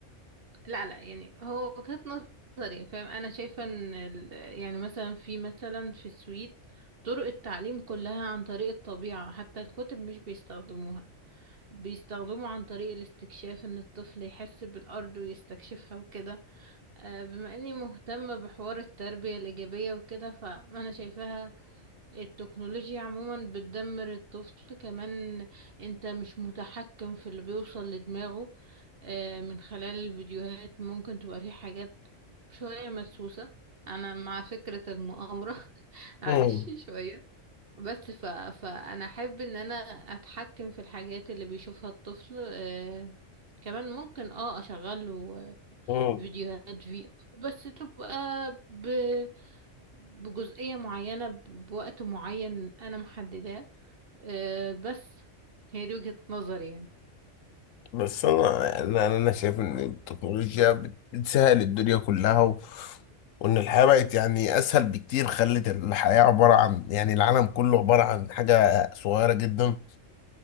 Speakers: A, on the right (about 50°); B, on the left (about 80°).
A: لا لا يعني هو وجهة نظري فاهم انا شايفة ان ال... يعني مثلا في مثلا في السويد طرق التعليم كلها عن طريق الطبيعة حتى الكتب مش بيستخدموها بيستخدموا عن طريق الاستكشاف ان الطفل يحس بالارض ويستكشفها وكده آه، بما اني مهتمة بحوار التربية الإيجابية وكده فأنا شايفاها التكنولوجيا عموما بتدمر الطفل كمان انت مش متحكم في اللي بيوصل لدماغه آه، من خلال الفيديوهات ممكن تبقى في حاجات شوية مدسوسة انا مع فكرة المؤامرة <laughs> معلش
B: مم.
A: شوية بس ف... فانا احب ان انا اتحكم في الحاجات اللي بيشوفها الطفل آه، كمان ممكن اه اشغله
B: مم.
A: فيديوهات في بس تبقى ب... بجزئية معينة ب- بوقت معين أنا محدداه أه بس هي دي وجهة نظري يعني
B: بس أنا يعني أنا أنا شايف إن التكنولوجيا بت- بتسهل الدنيا كلها و... وإن الحياة بقت يعني أسهل بكتير خلت الحياة عبارة عن يعني العالم كله عبارة عن حاجة صغيرة جدا